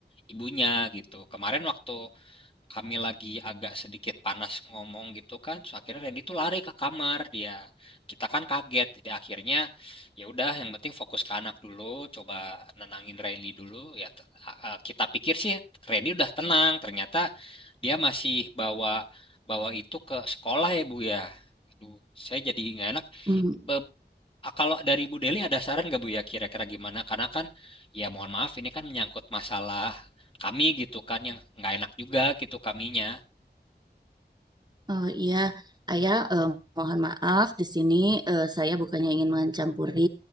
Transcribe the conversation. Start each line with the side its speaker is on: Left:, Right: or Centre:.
Left: ibunya gitu. Kemarin waktu kami lagi agak sedikit panas ngomong gitu kan so, akhirnya Randy tuh lari ke kamar dia kita kan kaget jadi akhirnya ya udah yang penting fokus ke anak dulu coba nenangin Randy dulu ya t- a- a- kita pikir sih Randy udah tenang ternyata dia masih bawa bawa itu ke sekolah ya Bu ya Aduh, saya jadi nggak enak
Right: Hmm.
Left: Be- Ah, Kalau dari Bu Deli ada saran nggak Bu ya kira-kira gimana? Karena kan ya mohon maaf ini kan menyangkut masalah kami gitu kan yang nggak enak juga gitu kaminya.
Right: Oh iya, Ayah, eh, mohon maaf di sini eh, saya bukannya ingin mencampuri,